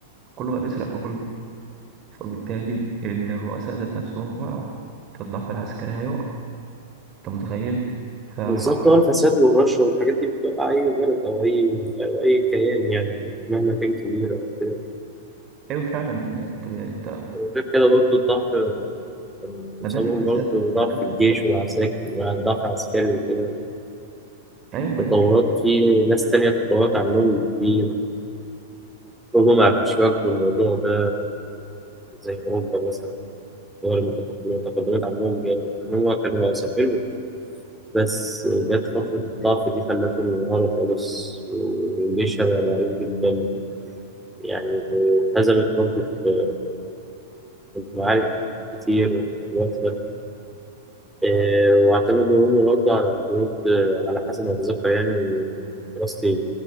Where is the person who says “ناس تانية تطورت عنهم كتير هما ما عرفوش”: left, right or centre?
Centre